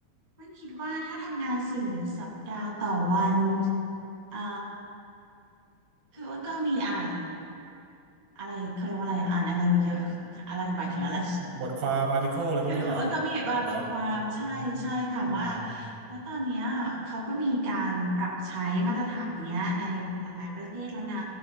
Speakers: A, on the right; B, on the right.
A: มันคิดว่าถ้าทำงานสี่สัปดาห์ต่อวันอ่าคืออ้นก็มีอ่านอะไรเขาเรียกว่าอะไรอ่านอะไรมาเยอะอะไรหมายถึงอะไร
B: บทความ article
A: <laughs>
B: อะไรพวกนี้เหรอ
A: คืออ้นก็มีมาบทความใช่ใช่ค่ะว่า
B: เหรออืมอืมอืมอม
A: แล้วตอนเนี้ยเขาก็มีการปรับใช้มาตรฐานเนี้ยในหลายๆประเทศแล้วนะ